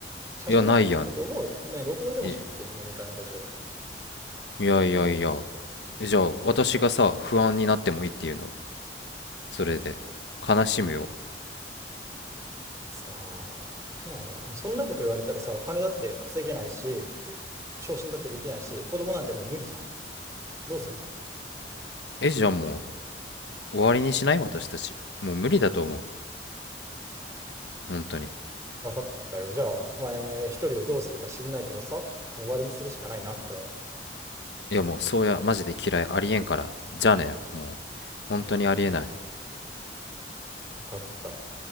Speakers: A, on the right; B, on the left.
A: 写真なら撮れると思う何、
B: いや、ないやん。
A: 録音でもしろっていうの、
B: い
A: 飲み会の途中。
B: いやいやいや。じゃあ、私がさ、不安になってもいいっていうのそれで悲しむよ
A: いやさ、ありえないわ。もうそんなこと言われたらさ、お金だって稼げないし、昇進だってできないし、子供なんてもう無理じゃん。どうするの
B: えじゃあもう終わりにしない私たちもう無理だと思う本当に
A: わかったよ。じゃあ、お前一人でどうするか知んないけどさ、もう終わりにするしかないな、これは。
B: いやもうそうやマジで嫌いありえんからじゃあねもう本当にありえない
A: わかった。